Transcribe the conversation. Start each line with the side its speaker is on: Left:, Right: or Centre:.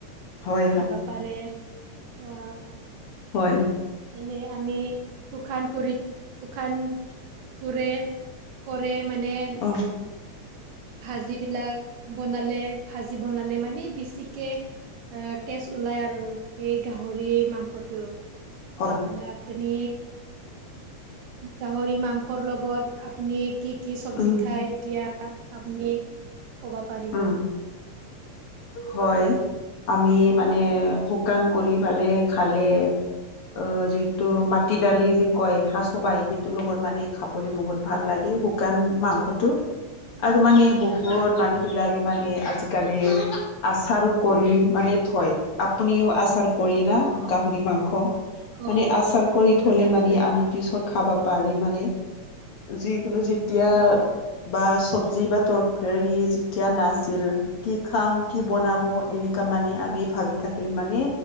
Left: হয়
Right: খাব
Left: হয়
Right: পাৰে অ,
Left: হয়।
Right: এনে আমি শুকান কৰি শুকান পূৰে কৰে মানে
Left: অ
Right: <inaudible> ভাজি বিলাক বনালে ভাজি বনালে মানে বেছিকে। অ' তেজ ওলাই আৰু এই গাহৰি এই মাংসটো।
Left: হয়
Right: আ আপুনি গাহৰি মাংসৰ লগত আপুনি কি কি চব্জি
Left: উম
Right: খায় এতিয়া আপুনি ক'ব পাৰিব?
Left: উম হয় আমি মানে শুকান কৰি ফালে খালে অ', যিহেটো মাটি দালি যে কয়, সা চবাই সেইটো লগৰ মানে খাবলৈ বহুত ভাল লাগে শুকান মাংসটো।
Right: <inaudible>
Left: আৰু মানে বহুত মানুহবিলাকে মানে আজিকালি আচাৰ কৰি মানে থয়, আপুনিও আচাৰ কৰি না
Right: অ',
Left: গাহৰি মাংস,
Right: অ',
Left: মানে
Right: অ',
Left: আচাৰ কৰি থলে
Right: আচাৰ
Left: মানি
Right: কৰে
Left: আমি পিছত খাবা পাৰে মানে, যিকোনো যেতিয়া
Right: অ', অ',
Left: বা চব্জি বা তৰকাৰী যেতিয়া নাছিল,
Right: অ',
Left: কি খাম, কি বনাব এনেকা মানে
Right: অ',
Left: আমি ভাবি থাকিলে মানে